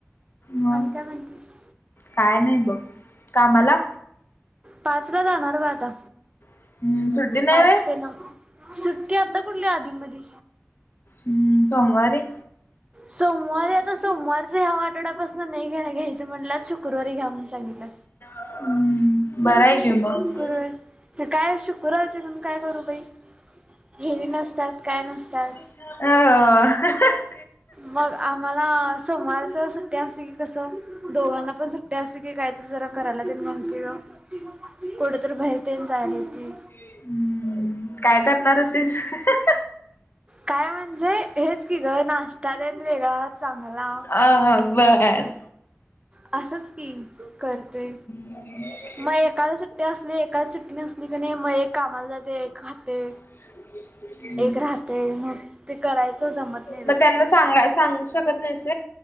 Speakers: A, on the left; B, on the right.
A: मग
B: आणि काय म्हणतीस
A: काय नाही बघ कामला?
B: पाच ला जाणार बा आता
A: हम्म सुट्टी नाही
B: पाच
A: व्हय
B: ते नऊ. सुट्टी आता कुठली आधी मधी
A: हम्म सोमवारी
B: सोमवारी आता सोमवारच ह्या आठवड्यापासून नाही घ्या घ्यायचं म्हटलंत शुक्रवारी घ्या म्हण सांगितलं
A: हम्म बरं
B: आता
A: आहे
B: श
A: की मग
B: कर काय शुक्रारच्या त् काय करू बाई हेवी नसतात काय नसतात
A: ओ ओ हह
B: मग आम्हाला सोमारच सुट्टी असते की कसं दोघांना पण सुट्ट ठे असते की काहीतरी जरा करायला तेल माहिती ग कुठेतरी बाहेरतेन जायला येते
A: हम्म काय करणार होतीस हह
B: काय म्हणजे हेच की ग नाश्ता देन वेगळा चांगला
A: अ बरं
B: असंच की करते
A: म
B: मग एकाला सुट्टी असली एकाला सुट्टी नसली क नाही मग एक कामाला जाते एक खाते
A: <unintelligible> <inaudible>
B: एक राहते मग ते करायचं जमत नाही बाई
A: मग त्यांना सांगा सांगू शकत नाही स